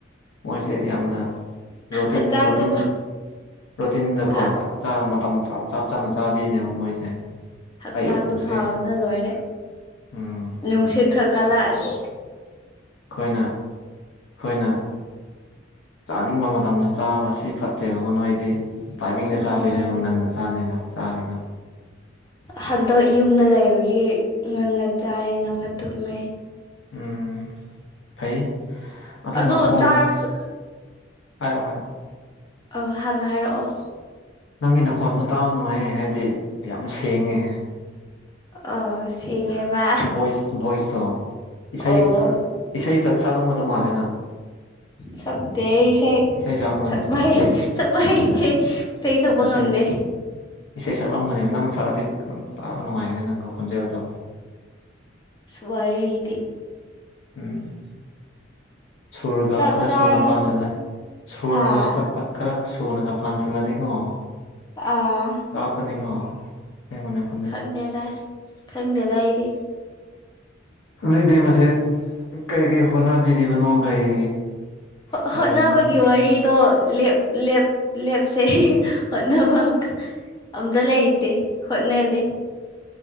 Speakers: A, on the left; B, on the left.
A: ꯃꯣꯏꯁꯦ ꯌꯥꯝꯅ ꯔꯣꯇꯤꯟ
B: ꯍꯛꯆꯥꯡꯗꯣ
A: ꯔꯣꯇꯤꯟ ꯔꯣꯇꯤꯟꯗꯀꯣ
B: ꯑꯥ
A: ꯆꯞ ꯆꯥ ꯃꯇꯝ ꯆꯞ ꯆꯞ ꯆꯥꯅ ꯆꯥꯕꯤꯅꯦꯕ ꯃꯣꯏꯁꯦ
B: ꯍꯛꯆꯥꯡꯗꯣ
A: ꯑꯌꯨꯛꯁꯦ
B: ꯐꯕꯅ ꯂꯣꯏꯔꯦ
A: ꯎꯝ
B: ꯅꯨꯡꯁꯤꯠ ꯈꯔ ꯀꯜꯂꯛꯑꯗꯤ
A: ꯈꯣꯏꯅ ꯈꯣꯏꯅ ꯆꯥꯅꯤꯡꯕ ꯃꯇꯝꯗ ꯆꯥꯕ ꯑꯁꯤ ꯐꯠꯇꯦꯕꯀꯣ ꯅꯣꯏꯗꯤ ꯇꯥꯏꯃꯤꯡꯗ
B: ꯎꯝ
A: ꯆꯥꯕꯤꯅꯦꯕ ꯉꯟꯅ ꯆꯥꯅꯤꯗꯣ ꯆꯥꯔꯤꯗꯣ
B: ꯍꯟꯗꯛ ꯌꯨꯝꯗ ꯂꯩꯕꯒꯤ ꯉꯟꯅ ꯆꯥꯏꯌꯦ ꯉꯟꯅ ꯇꯨꯝꯃꯦ
A: ꯎꯝ ꯐꯩꯌꯦ ꯑꯗꯣ
B: ꯑꯗꯨ
A: ꯅꯈꯣꯟ
B: ꯆꯥꯔꯁꯨ
A: ꯍꯥꯏꯔꯣ ꯍꯥꯏꯔꯣ
B: ꯑ ꯍꯥꯟꯅ ꯍꯥꯏꯔꯛꯑꯣ
A: ꯅꯪꯒꯤ ꯅꯈꯣꯟꯗꯣ ꯇꯥꯕ ꯅꯨꯡꯉꯥꯏꯌꯦ ꯍꯥꯏꯕꯗꯤ ꯌꯥꯝ ꯁꯦꯡꯉꯦ
B: ꯑ ꯁꯦꯡꯉꯦꯕ
A: ꯕꯣꯏꯁ ꯕꯣꯁꯇꯣ ꯏꯁꯩꯥ
B: ꯑꯣ
A: ꯏꯁꯩ ꯐꯖꯅ ꯁꯛꯂꯝꯒꯗꯧ ꯃꯥꯜꯂꯦ ꯅꯪ
B: ꯁꯛꯇꯦ ꯢꯁꯩ
A: ꯏꯁꯩ ꯁꯛꯂꯝꯒꯅꯤ
B: ꯁꯛꯄ
A: ꯏꯁꯩ
B: ꯁꯛꯄ ꯍꯩꯇꯦ ꯢꯁꯩ ꯁꯥꯛꯄ
A: ꯅꯠꯇꯦ
B: ꯉꯥꯝꯗꯦ
A: ꯏꯁꯩ ꯁꯛꯂꯝꯒꯅꯦꯕ ꯅꯪ ꯁꯛꯂꯗꯤ ꯈꯤꯇꯪ ꯇꯥꯕ ꯅꯨꯡꯉꯥꯏꯒꯅꯤ ꯅꯪꯒꯤ ꯈꯣꯟꯖꯦꯜꯗꯣ
B: ꯋꯥꯔꯤꯗꯤ
A: ꯎꯝ ꯁꯨꯔꯒ
B: ꯆꯥꯛ
A: ꯈꯔ
B: ꯆꯥꯔ
A: ꯁꯨꯅ ꯄꯥꯟꯁꯤꯜꯂꯦ ꯁꯨꯔꯒ
B: ꯑꯥ
A: ꯈꯔ ꯈꯔ ꯁꯨꯔꯀ ꯄꯥꯜꯁꯟꯂꯗꯤꯀꯣ
B: ꯑꯥ
A: ꯀꯥꯞꯀꯅꯤ ꯀꯣ <unintelligible>
B: ꯈꯪꯗꯦꯗ ꯈꯪꯗꯦꯗ ꯑꯩꯗꯤ
A: ꯅꯣꯏ ꯢꯕꯦꯝꯃꯁꯦ ꯀꯔꯤ ꯀꯔꯤ ꯍꯣꯠꯅꯕꯤꯔꯤꯕꯅꯣ ꯀꯩ ꯇꯧꯔꯤꯕꯅꯣ
B: ꯍꯣꯠꯅꯕꯒꯤ
A: ꯍꯥꯏꯗꯤ
B: ꯋꯥꯔꯤꯗꯣ ꯂꯦꯞ ꯂꯦꯞ ꯂꯦꯞꯁꯦ ꯍꯣꯠꯅꯕ ꯑꯝꯇ ꯂꯩꯇꯦ ꯍꯣꯠꯅꯗꯦ